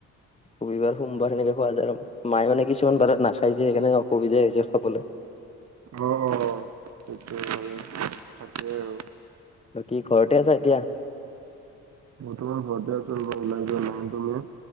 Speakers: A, on the left; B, on the right.
A: ৰবিবাৰ সোমবাৰ সেনেকে খোৱা যায় আৰু মায়ে মানে কিছুমান বাৰত নাখাই যে সেইকাৰণে অসুবিধাই হৈছে খাবলৈ।
B: অ' অ' সেইটোয়ে আৰু থাকেই আৰু।
A: বাকি ঘৰতে আছা এতিয়া?
B: বৰ্তমান ঘৰতে আছো ৰ'বা। ওলাই যোৱা নাই। তুমি?